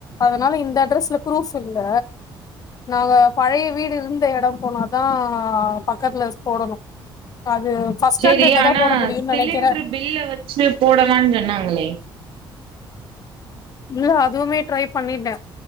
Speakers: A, on the left; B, on the right.
A: அதனால இந்த அட்ரஸ்ல ப்ரூஃப் இல்ல நாங்க பழய வீடு இருந்த எடோ போனாதா பக்கத்துல ஸ் போடணு அது ஃபஸ்டாண்டட்ல
B: சேரி ஆனா
A: தா போட முடியுன்
B: சிலிண்ட்ரு
A: நெனைக்கற
B: பில்ல வச்சு போடலான் சொன்னாங்களே
A: இல்ல அதுமே ட்ரை பண்ணிட்ட